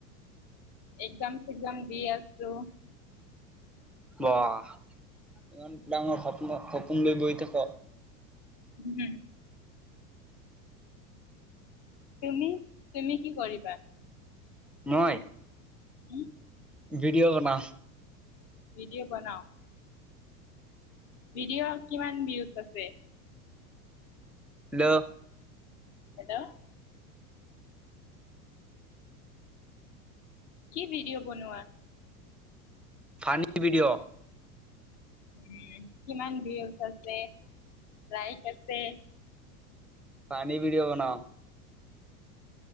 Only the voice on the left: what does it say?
এক্সাম চেক্সাম দি আছোঁ।
উম, তুমি তুমি কি কৰিবা?
উম,
ভিডিঅ' বনাও। ভিডিঅ' কিমান ভিউজ আছে?
হেল্ল' কি ভিডিঅ' বনোৱা?
উম, কিমান ভিউজ আছে লাইক আছে?